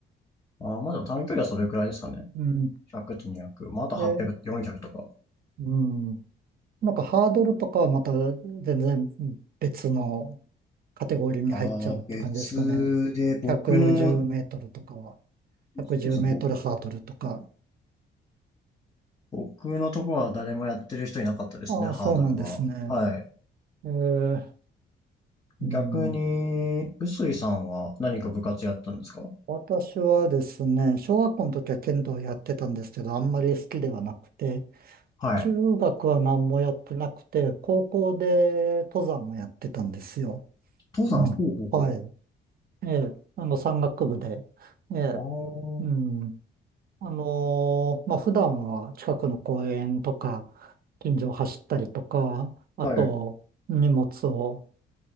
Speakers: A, on the left; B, on the right.
A: あまあでも短距離はそれくらいですかね。
B: うん。
A: 100と200。まああと800、
B: え、
A: 400とか。
B: うん。なんかハードルとかはまた全然別のカテゴリーに入っちゃうって感じですかね。
A: ああ、別で、僕の、
B: 110メートルとかは。
A: そうですね、
B: 110メートルハードルとか。
A: ぼ僕のところは誰もやってる人いなかったですね、
B: ああ、
A: ハードルは。
B: そうなんですね。
A: はい。
B: えー、うん。
A: 逆に、臼井さんは何か部活やったんですか
B: 私はですね、小学校の時は剣道やってたんですけど、あんまり好きではなくて、
A: はい。
B: 中学は何もやってなくて、高校で登山をやってたんですよ。
A: 登山、
B: うん。
A: ほうほう
B: はい。ええ、あの、山岳部で。ええ、
A: ほう。
B: うん。あのーまあ、普段は近くの公園とか、近所を走ったりとか、あと、
A: ああ、はい。
B: 荷物を